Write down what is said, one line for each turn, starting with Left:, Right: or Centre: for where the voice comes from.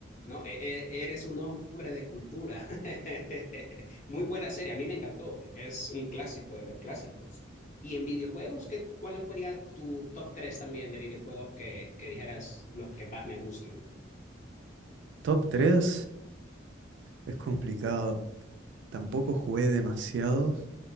Left: No, E- e- eres un hombre de cultura. <laughs> Muy buena serie, a mí me encantó. Es un clásico de los clásicos. Y en videojuegos, ¿qué, cuál sería tu top 3 también de videojuegos que, que dijeras los que más me gustan?
Right: Top 3 es complicado, tampoco jugué demasiados,